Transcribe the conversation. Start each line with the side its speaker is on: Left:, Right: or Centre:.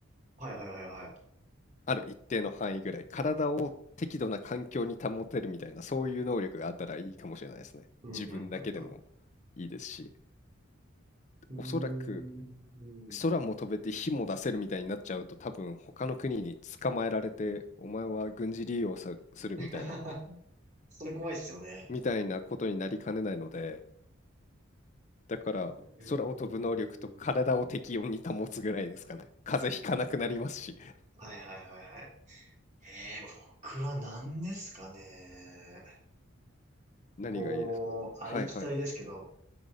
Right: はいはいはいはい。
Left: ある一定の範囲ぐらい。体を適度な環境に保てるみたいな、そういう能力があったらいいかもしれないですね。
Right: うん、
Left: 自分だけでも
Right: うん、うん、
Left: いいですし。
Right: うん。
Left: おそらく、
Right: うーん。
Left: 空も飛べて火も出せるみたいになっちゃうと多分他の国に捕まえられてお前は軍事利用さするみたいな
Right: <laughs> それ怖いっすよね。
Left: みたいなことになりかねないのでだから空を飛ぶ能力と体を適温に保つぐらいですかね風邪ひかなくなりますし
Right: うーん。はいはいはいはい。えー、僕は何ですかね。
Left: 何がいいですかはいはい
Right: こう、ありきたりですけど、